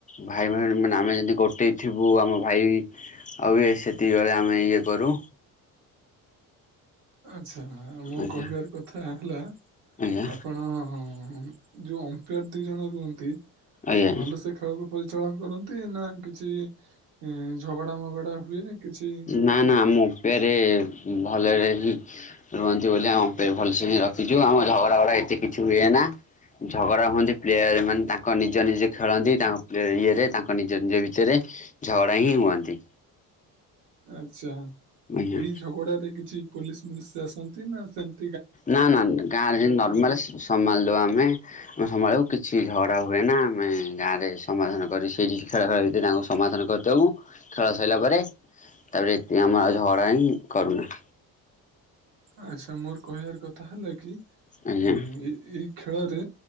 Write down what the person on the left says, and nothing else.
ଭାଇ ଭଉଣୀ ମାନେ, ଆମେ ଯଦି ଗୋଟେ ଥିବୁ, ଆମ ଭାଇ ଆଉ ଏ ସେତିକିବଳେ ଆମେ ଇଏ କରୁ।
ଆଜ୍ଞା
ଆଜ୍ଞା
ଆଜ୍ଞା।
ନା ନା ଆମ ଓମ୍ ପେରେ ଭଲରେ ହିଁ ରୁହନ୍ତି, ବୋଲି ଆମେ ଭଲସେ ହିଁ ରଖିଛୁ। ଆମ ଝଗଡା ଭଗଡା ଏତେ କିଛି ହୁଏନା। ଝଗଡା ହୁଅନ୍ତି ପ୍ଲେୟାର ମାନେ, ତାଙ୍କ ନିଜ ନିଜେ ଖେଳନ୍ତି। ତାଙ୍କ ଇଏରେ ତାଙ୍କ ନିଜ ନିଜ ଭିତରେ। ଝଗଡା ହିଁ ହୁଅନ୍ତି।
ଆଜ୍ଞା
ନା ନା ନା ଗାଁରେ ଯିଁନ ନର୍ମାଲ ସମାଲଦଉ ଆମେ। ଆମେ ସମ୍ଭାଳୁ କିଛି ଝଡା ହୁଏ ନା, ଆମେ ଗାଁରେ ସମାଧାନ କରି ସେଇଠି ଖେଳ ଖେଳ ଭିତରେ ତାଙ୍କୁ ସମା ଧାନ କରିଦବୁ ଖେଳ ସଇଲା ପରେ। ତାପରେ ଏତି ଆମର ଝଗଡ଼ା ହିଁ କରୁନା।
ଆଜ୍ଞା